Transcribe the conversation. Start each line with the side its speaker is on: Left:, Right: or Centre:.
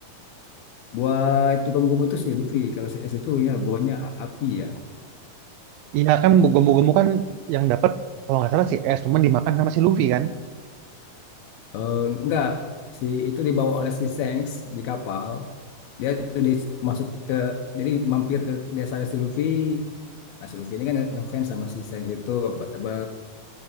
Left: buah itu kamu itu si Luffy kalau si S itu ya buahnya a- api ya
Right: iya kan bu- gomu-gomu kan yang dapat kalau nggak salah si S cuman dimakan sama si Luffy kan
Left: Eh, enggak si itu dibawa oleh si Shanks di kapal dia tuh di, masuk ke jadi mampir ke desa si Luffy nah si Luffy ini kan nge- ngefans sama si Shanks itu apa, apa